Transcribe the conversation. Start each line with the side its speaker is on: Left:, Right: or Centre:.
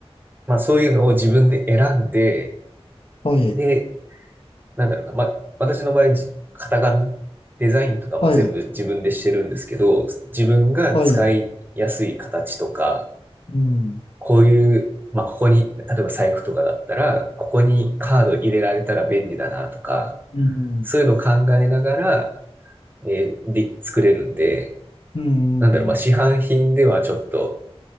Right: まあ、そういうのを自分で選んで、
Left: はい、
Right: で、なんだろうな。まあ、私の場合、じ型紙、デザインとかも全部自分でしてるんですけど、
Left: はい、
Right: 自分が使いやすい形とか、
Left: はい、うん。
Right: こういう、まあ、ここに、例えば財布とかだったら、ここにカード入れられたら便利だなとか、
Left: うん、
Right: そういうのを考えながら、えーで、作れるんで、
Left: うん、
Right: なんだろう、まあ、市販品ではちょっと
Left: う